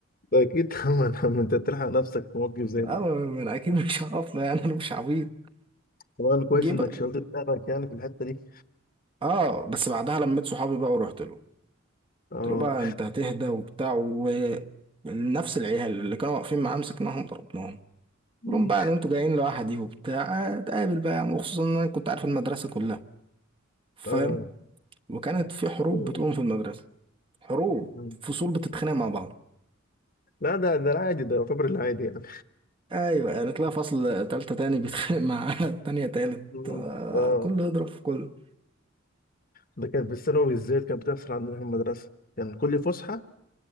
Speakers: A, on the left; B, on the right.
A: ده اكيد طبعا <laughs> عم انت تلحق نفسك في موقف زي
B: اه
A: ده
B: ما انا اكيد مش هقف له يعني انا مش عبيط
A: طبعا كويس
B: جه بقى
A: انك شغلت دماغك يعني في الحته دي
B: اه بس بعدها لميت صحابي بقى ورحت له قلت
A: اه
B: له بقى انت هتهدى وبتاع ونفس العيال اللي كانوا واقفين معاه مسكناهم ضربناهم
A: مم.
B: قلت لهم بقى ان انتوا جايين لوحدي وبتاع آه، اتقابل بقى يا عم وخصوصا ان انا كنت عارف المدرسه كلها
A: <laughs>
B: فاهم
A: اه
B: وكانت في حروب
A: أيوة.
B: بتقوم في المدرسه حروب
A: مم.
B: فصول بتتخانق مع بعض
A: لا ده ده العادي ده يعتبر العادي يعني
B: ايوه يعني تلاقي فصل تالتة تاني بيتخانق مع <laughs> تانية تالت
A: مم.
B: آه،
A: اه
B: كله يضرب في كله
A: ده كان في الثانوي بالذات كانت بتحصل عندنا في المدرسه كان كل فسحه